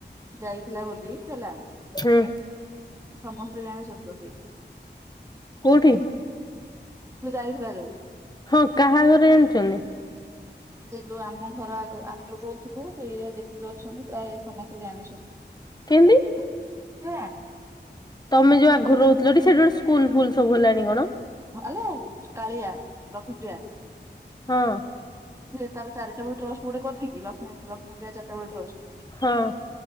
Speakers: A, on the right; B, on the left.
A: ଯାଇଥିଲା ବୋଲି ହେଲା।
B: ହୁଁ।
A: ସମସ୍ତେ ଜାଣିଛନ୍ତି ତ ସେଇଠି।
B: କୋଉଠି?
A: ସେ ଯାଇଥିଲା ଯୋଉ।
B: ହଁ କାହାଘରେ ଜଣିଛନ୍ତି।
A: ଯେ ଯୋଉ ଆମ ଘର ଆଗ ଆମେ ଯୋଉଠି ରହୁଥିଲୁ ସେ ଏରିଆ ଯେତିକ ଅଛନ୍ତି ପ୍ରାୟେ ସମସ୍ତେ ଜାଣିଛ
B: କେନ୍ତି?
A: <unintelligible>
B: ତମେ ଯୋଉ ଆଗରୁ ରହୁଥିଲ ଟି ସେଠି ଗୋଟେ ସ୍କୁଲ୍ ଫୁଲ୍ ସବୁ ହେଲାଣି କଣ?
A: ଭଲୋ କାଳିଆ ଲକ୍ଷ୍ମୀପ୍ରିୟା।
B: ହଁ।
A: ଯେ ତାର ଚାରିଟା ବଳୁ ଟ୍ରଷ୍ଟ ଗୋଟେ କରିନି କି ଲକ୍ଷ୍ମୀ ଲକ୍ଷ୍ମୀ ପ୍ରିୟା ଚାରିଟାବେଳ ଟ୍ରଷ୍ଟ।
B: ହଁ।